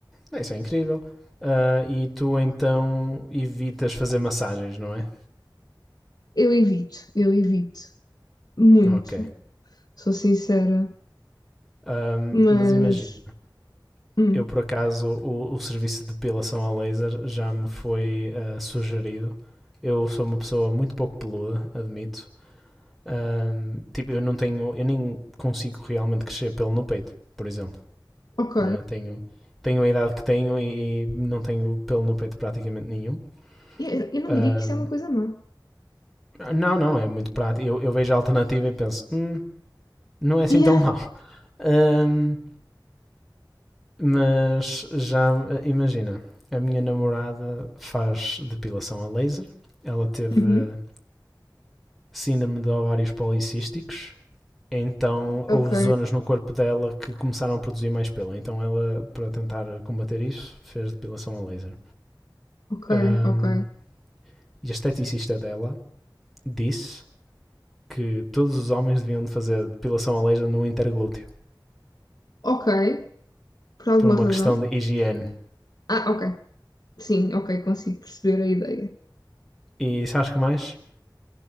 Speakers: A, in the centre; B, on the left.
A: Ah, Isso é incrível. Ah, e tu então evitas fazer massagens, não é?
B: Eu evito, eu evito. Muito,
A: Ok.
B: sou sincera.
A: Ahm,
B: Mas,
A: mas imagina.
B: hum,
A: eu por acaso o, o serviço de depilação a laser já me foi ah, sugerido. Eu sou uma pessoa muito pouco peluda, admito. Ahm, tipo, eu não tenho, eu nem consigo realmente crescer pelo no peito, por exemplo,
B: ok.
A: não é? Tenho, tenho a idade que tenho e, e não tenho pelo no peito praticamente nenhum.
B: Eu, eu não
A: Ahm,
B: diria que isso é uma coisa má.
A: não, não, é muito prático. Eu, eu vejo a alternativa e penso, "Hum, não é assim
B: Yeah.
A: tão mau. Ahm, Mas já eh, imagina, a minha namorada faz depilação a laser, ela teve
B: Uhum.
A: eh, síndrome de ovários policísticos, então houve
B: Ok,
A: zonas no corpo dela que começaram a produzir mais pelo. Então ela, para tentar combater isso, fez depilação a laser.
B: ok,
A: Ahm,
B: ok.
A: e a esteticista dela disse que todos os homens deviam fazer depilação a laser no interglúteo,
B: Ok. Por alguma
A: por uma
B: razão.
A: questão de higiene.
B: Ah, ok. Sim, ok, consigo perceber a ideia.
A: E sabes que mais?